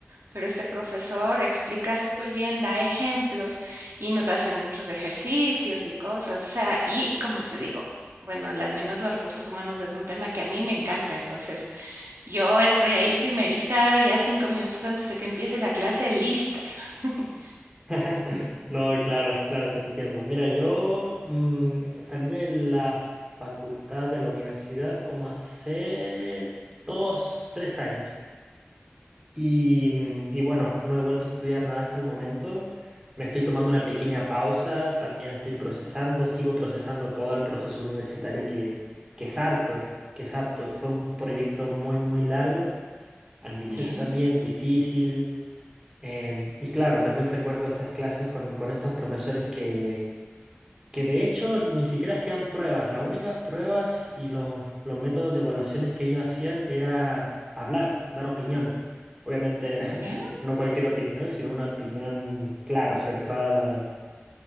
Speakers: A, on the right; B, on the right.
A: pero este profesor explica súper bien, da ejemplos y nos hace muchos ejercicios y cosas. O sea, y como te digo, bueno, al menos los recursos humanos es un tema que a mí me encanta. Entonces, yo estoy ahí primerita, ya cinco minutos antes de que empiece la clase, lista. <laughs>
B: <laughs> No, claro, claro, te entiendo. Mira, yo mm, salí de la facultad de la universidad como hace dos, tres años. Y, y bueno, no he vuelto a estudiar nada hasta el momento. Me estoy tomando una pequeña pausa, también estoy procesando, sigo procesando todo el proceso universitario que, que es harto, que es harto. Fue un proyecto muy, muy largo, ambicioso
A: Ya,
B: también, difícil. em, y claro, también recuerdo estas clases con, con estos profesores que que de hecho ni siquiera hacían pruebas. Las únicas pruebas y los, los métodos de evaluaciones que ellos hacían era hablar, dar opiniones. Obviamente <laughs>
A: ya.
B: no cualquier opinión, sino una opinión, claro, centrada a las,